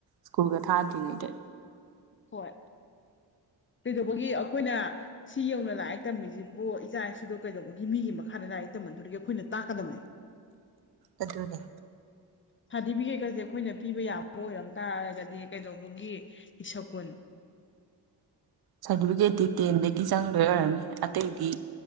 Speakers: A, on the right; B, on the left.
A: ꯁ꯭ꯀꯨꯜꯒ ꯊꯥꯗ꯭ꯔꯤꯉꯩꯗ
B: ꯍꯣꯏ ꯀꯩꯗꯧꯕꯒꯤ ꯑꯩꯈꯣꯏꯅ ꯁꯤ ꯌꯧꯅ ꯂꯥꯏꯔꯤꯛ ꯇꯝꯃꯤꯁꯤꯕꯣ ꯏꯆꯥ ꯏꯁꯨꯗꯣ ꯀꯩꯗꯧꯕꯒꯤ ꯃꯤꯒꯤ ꯃꯈꯥꯗ ꯂꯥꯏꯔꯤꯛ ꯇꯃꯟꯗꯒ ꯑꯩꯈꯣꯏꯅ ꯇꯥꯛꯀꯗꯕꯅꯦ
A: ꯑꯗꯨꯅꯦ
B: ꯁꯥꯔꯇꯤꯐꯤꯀꯦꯠꯀꯁꯦ ꯑꯩꯈꯣꯏꯅ ꯄꯤꯕ ꯌꯥꯕ ꯑꯣꯏꯔꯝ ꯇꯥꯔꯒꯗꯤ ꯀꯩꯗꯧꯕꯒꯤ ꯏꯁꯀꯨꯟ
A: ꯁꯥꯔꯇꯤꯐꯤꯀꯦꯠꯇꯤ ꯇꯦꯟꯗꯒꯤ ꯆꯪꯗꯣꯏ ꯑꯣꯏꯔꯝꯃꯤ ꯑꯇꯩꯗꯤ